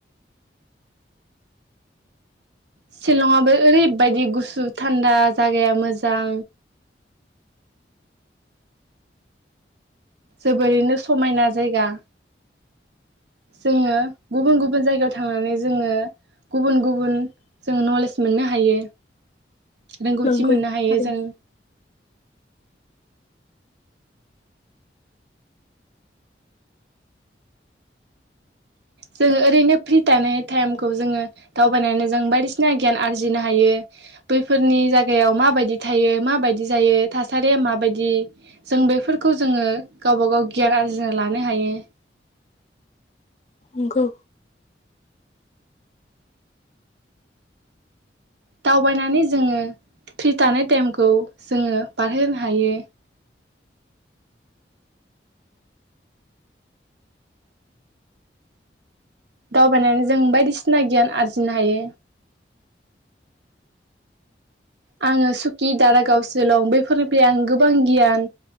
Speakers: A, on the right; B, on the left.
A: शिलंआबो ओरैबायदि गुसु थान्दा जायागाया मोजां जोबोरैनो समायना जायगा जोङो गुबुन गुबुन जायगायाव थांनानै जोङो गुबुन गुबुन जों नलेज मोननो हायो। रोंगौथि
B: नंगौ
A: मोननो हायो
B: थारैनो
A: जों जोंङो ओरैनो फ्रि थानाय टाइमखौ जोङो दावबायनानै जों बायदिसिना गियान आरजिनो हायो बैफोरनि जायगायाव माबायदि थायो माबायदि जायो, थासारिया माबायदि जों बेफोरखौ जोङो गावबा गाव गियान आरजिना लानो हायो।
B: नंगौ।
A: दावबायनानै जोङो फ्रि थानाय टाइमखौ जोङो बारहोनो हायो। दावबायनानै जों बायदिसिना गियान आरजिनो हायो। आङो सुकि, दारागाव, सिलं बैफोरनिफ्राय आं गोबां गियान